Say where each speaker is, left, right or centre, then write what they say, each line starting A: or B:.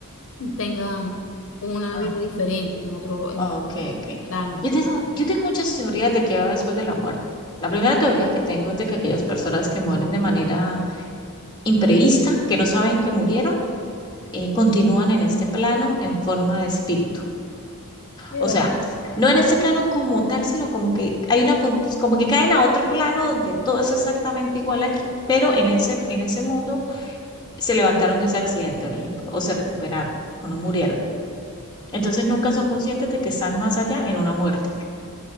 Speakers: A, on the left; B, on the left.
A: tengan una
B: Ah,
A: vida diferente en otro, en
B: ok,
A: otro
B: ok.
A: plano.
B: Yo tengo, yo tengo muchas teorías de qué va después de la muerte. La primera teoría que tengo es de que aquellas personas que mueren de manera imprevista, que no saben que murieron, eh, continúan en este plano en forma de espíritu.
A: Sí,
B: O
A: ¿verdad?
B: sea, no en este plano como tal, sino como que hay una, con- como que caen a otro plano donde todo es exactamente igual aquí, pero en ese, en ese mundo se levantaron de ese accidente, un ejemplo, o se recuperaron, o no murieron. Entonces nunca son conscientes de que están más allá en una muerte.